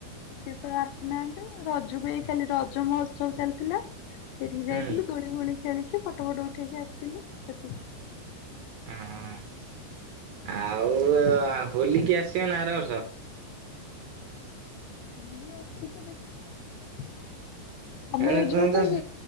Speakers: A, on the left; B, on the right.
A: ସେ ସବୁ ଆସିନାହାନ୍ତି ରଜକୁ ଏଇ ଖାଲି ରଜ ମହୋତ୍ସବ ଚାଲିଥିଲା ସେଠିକି ଯାଇଥିଲୁ
B: ହୁଁ
A: ଦୋଳି ମୋଳି ଖେଳିକି ଫଟୋ ଫଟ ଉଠେଇକି ଆସିଥିଲୁ ସେଠକି।
B: ଓ ହଁ ଆଉ ଆ ହୋଲି କିି ଆସିବ ନା ଆର ବର୍ଷ?
A: ହୋଲି ଅଛି ତ ଦେଖ। ତମେ
B: ହେଲେ
A: ରଜକୁ
B: ତ ତ
A: କୁଆଡେ